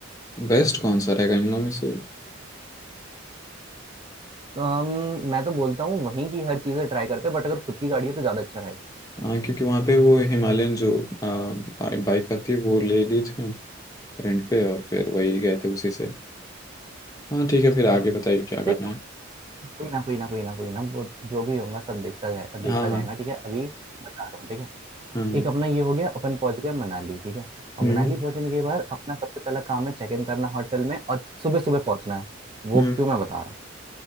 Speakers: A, on the left; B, on the right.
A: बेस्ट कौन सा रहेगा इन लोगों में से
B: तो हम मैं तो बोलता हूँ वहीं की हर चीजें ट्राई करते हैं बट अगर खुद की गाड़ी है तो ज्यादा अच्छा रहेगा
A: हाँ क्योंकि वहाँ पे वो हिमालयन जो बाइक आती है वो ले ली थी रेंट पे और फिर वही गए थे उसी से हाँ ठीक है फिर आगे बताइए क्या करना
B: हम्म
A: है
B: कोई ना कोई ना कोई ना कोई ना वो जो भी होगा सब देखता जाए देखा
A: हाँ
B: जाएगा
A: हाँ
B: ठीक है अभी बता रहा हूँ ठीक है
A: हाँ हाँ।
B: एक अपना ये हो गया अपन पहुंच गए मनाली ठीक है और
A: हम्म
B: मनाली पहुंचने के बाद अपना सबसे पहला काम है चेक इन करना होटल में और सुबह सुबह पहुंचना है वो
A: हम्म
B: क्यों मैं बता रहा हूँ